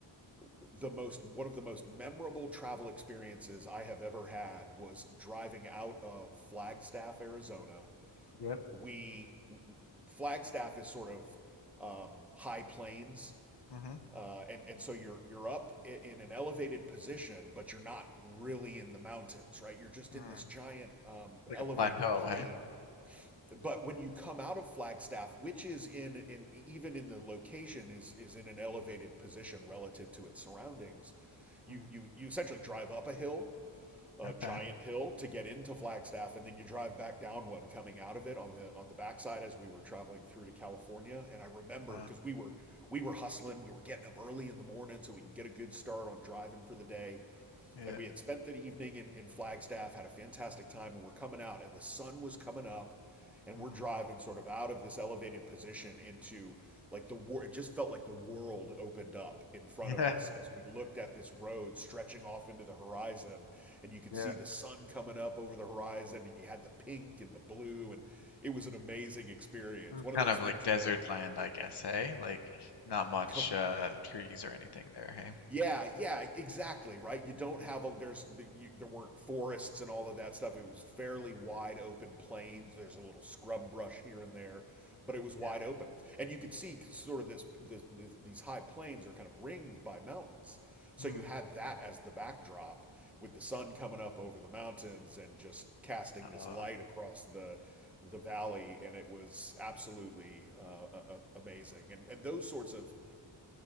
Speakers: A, in the centre; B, on the left (about 55°).
A: the most one of the most memorable travel experiences I have ever had was driving out of Flagstaff, Arizona.
B: Yep.
A: We Flagstaff is sort of um, high plains
B: Mhm,
A: uh, and and so you're you're up in an elevated position, but you're not really in the mountains, right? You're just
B: mm.
A: in this giant um,
B: Like
A: elevated
B: a plateau,
A: plain.
B: hey?
A: But when you come out of Flagstaff, which is in in e, even in the location is is in an elevated position relative to its surroundings, you
B: Mm.
A: you you essentially drive up a hill a
B: Okay.
A: giant hill to get into Flagstaff, and then you drive back down one coming out of it on the on the backside as we were traveling through to California. And I remember
B: Wow.
A: because we were we were hustling, we were getting up early in the morning so we could get a good start on driving for the day.
B: Yeah,
A: And we had spent the evening in, in Flagstaff, had a fantastic time, and we're coming out, and the sun was coming up, and
B: mm.
A: we're driving sort of out of this elevated position into like the war. It just felt like the world opened up in front
B: <laughs>
A: of
B: Yeah.
A: us as we looked at this road stretching off into the horizon, and you could
B: Yeah.
A: see the sun coming up over the horizon, and you had the pink and the blue, and it was an amazing experience.
B: This is
A: One
B: kind
A: of those
B: of
A: things
B: like desert
A: where
B: land, I guess, hey? Like not much
A: com-
B: uh trees or anything there, hey?
A: Yeah, yeah, exactly, right? You don't
B: Mm.
A: have a there's you, there weren't forests and all of that stuff. It was fairly wide open plains. There's a little scrub brush here and there, but it was wide
B: Yeah.
A: open. And you could see sort of this, this, this these high plains are kind of ringed by mountains. So
B: Mm.
A: you had that as the backdrop with the sun coming up over the mountains and just casting
B: Uh,
A: this light across the the valley and it was absolutely uh, a- a- amazing. And and those sorts of